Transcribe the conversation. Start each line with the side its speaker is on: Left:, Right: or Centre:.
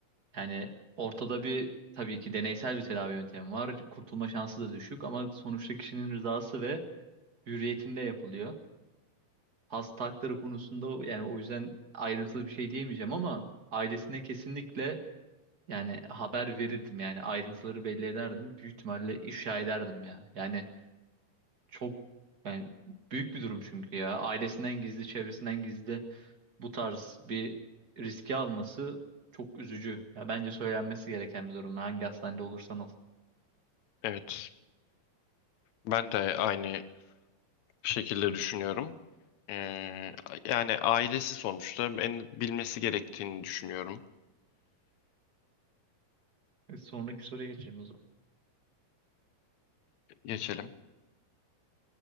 Right: yani ortada bir tabii ki deneysel bir tedavi yöntemi var. Kurtulma şansı da düşük ama sonuçta kişinin rızası ve hürriyetinde yapılıyor. Hasta hakları konusunda yani o yüzden ayrıntılı bir şey diyemeyeceğim ama ailesine kesinlikle yani haber verirdim yani ayrıntıları belli ederdim. Büyük ihtimalle ifşa ederdim ya. Yani çok ben büyük bir durum çünkü ya. Ailesinden gizli, çevresinden gizli bu tarz bir riski alması çok üzücü. Ya bence söylenmesi gereken bir durum. Hangi hastanede olursan ol.
Left: Evet, ben de aynı şekilde düşünüyorum. Ee, yani ailesi sonuçta en bilmesi gerektiğini düşünüyorum.
Right: E, Sonraki soruya geçelim o zaman.
Left: Geçelim.